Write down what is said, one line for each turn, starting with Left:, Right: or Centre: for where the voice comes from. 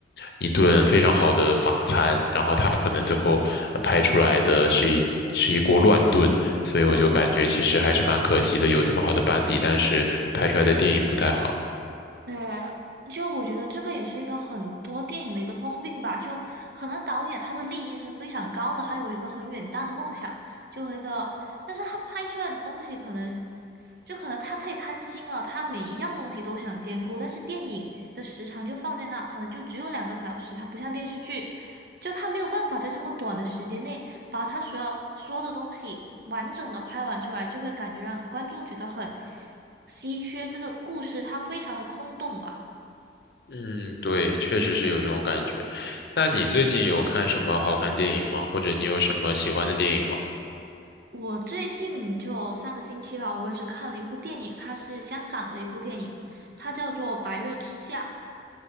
Left: 一顿非常好的法餐，然后他可能最后呃拍出来的是一是一锅乱炖，所以我就感觉其实还是蛮可惜的，有这么好的班底，但是拍出来的电影不太好。
Right: 呃，就我觉得这个也是一个很多电影的一个通病吧，就可能导演他的利益是非常高的，他有一个很远大的梦想，就和一个，但是他拍出来的东西可能，就可能他太贪心了，他每一样东西都想兼顾，但是电影的时长就放在那，可能就只有两个小时，它不像电视剧，就他没有办法在这么短的时间内把他所要说的东西完整的拍完出来，就会感觉让观众觉得很。稀缺这个故事它非常的空洞吧。
Left: 嗯，对，确实是有这种感觉。那你最近有看什么好看电影吗？或者你有什么喜欢的电影吗？
Right: 我最近就上个星期吧，我也是看了一部电影，它是香港的一部电影，它叫做《白日之下》，